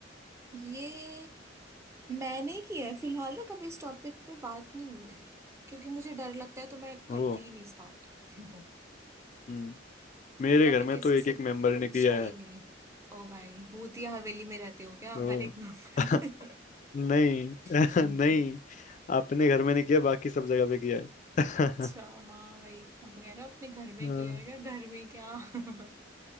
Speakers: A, on the right (about 15°); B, on the left (about 40°).
A: ये मैंने किया है फिलहाल ना कभी इस टॉपिक पे बात नहीं हुई है क्योंकि मुझे डर लगता है तो मैं करती
B: ओ
A: ही नहीं स्टार्ट <laughs>
B: हम्म मेरे
A: तो कभी
B: घर
A: किसी
B: में तो एक
A: से
B: एक मेंबर
A: पूछा
B: ने किया
A: ही
B: है
A: नहीं ओ भाई भूतिया हवेली में रहते हो क्या
B: ओ
A: हर एक नंबर
B: <laughs> नहीं <laughs>
A: <laughs>
B: नहीं अपने घर में नहीं किया बाकी सब जगह पे किया है
A: अच्छा
B: <laughs>
A: हाँ वही अब कह रहा अपने घर में
B: हाँ,
A: किया है क्या घर में क्या <laughs>